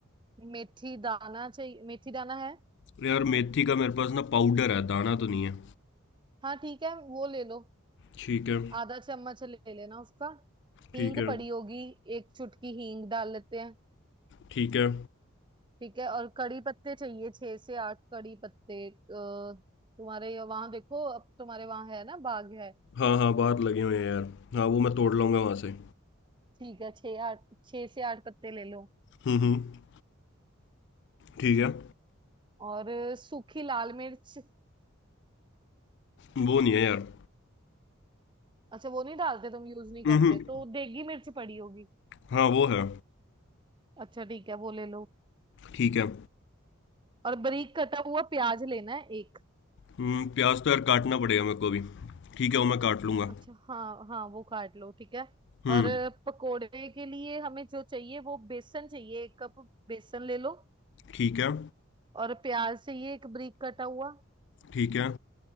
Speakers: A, on the right; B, on the left.
A: मेथी दाना चाहिए मेथी दाना है
B: अरे यार मेथी का मेरे पास ना पाउडर है दाना तो नहीं है
A: हाँ ठीक है वो ले लो
B: ठीक है
A: आधा चम्मच ले लेना उसका
B: ठीक
A: हींग
B: है
A: पड़ी होगी एक चुटकी हींग डाल लेते हैं
B: ठीक है
A: ठीक है और कड़ी पत्ते चाहिए छह से आठ कड़ी पत्ते अ, तुम्हारे वहां देखो अब तुम्हारे वहां है ना बाग है
B: हाँ हाँ बाहर लगे हुए हैं यार हाँ वो मैं तोड़ लूँगा वहाँ से
A: ठीक है छह आठ छह से आठ पत्ते ले लो
B: हम्म हम्म ठीक है
A: और सूखी लाल मिर्च
B: वो नहीं है यार
A: अच्छा वो नहीं डालते तुम यूज नहीं
B: हम्म
A: करते
B: हम्म,
A: तो देगी मिर्च पड़ी होगी
B: हाँ वो है
A: अच्छा ठीक है वो ले लो
B: ठीक है
A: और बारीक कटा हुआ प्याज लेना है एक
B: हम्म, प्याज तो यार काटना पड़ेगा मेरे को अभी ठीक है वो मैं काट लूँगा
A: अच्छा हाँ हाँ वो काट लो ठीक है
B: हम्म
A: और पकोड़े के लिए हमें जो चाहिए वो बेसन चाहिए एक कप बेसन ले लो
B: ठीक है
A: और प्याज चाहिए एक बारीक कटा हुआ
B: ठीक है